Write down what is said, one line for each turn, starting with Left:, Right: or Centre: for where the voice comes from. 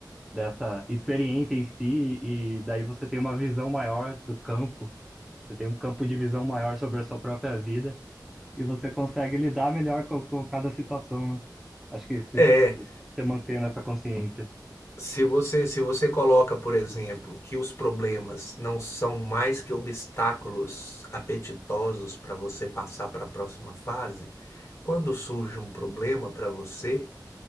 Centre: dessa experiência em si, e daí você tem uma visão maior do campo, você tem um campo de visão maior sobre a sua própria vida, e você consegue lidar melhor com, com cada situação, né? Acho que se
Left: É,
Centre: você mantendo essa consciência,
Left: se você se você coloca, por exemplo, que os problemas não são mais que obstáculos apetitosos para você passar para a próxima fase, quando surge um problema para você,